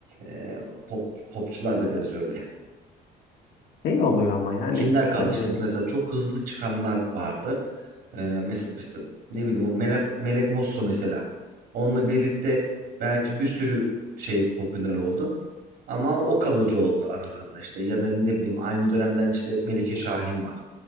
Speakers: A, on the right; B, on the left.
A: e, pop, popçular da biraz öyle
B: Şey oluyor ama yani
A: kimler
B: e,
A: kaldı işte mesela çok hızlı çıkanlar vardı. Ee, mesela işte ne bileyim o Melek, Melek Mosso mesela. Onunla birlikte belki bir sürü şey popüler oldu. Ama o kalıcı oldu aralarında işte ya da ne bileyim aynı dönemden işte Melike Şahin var.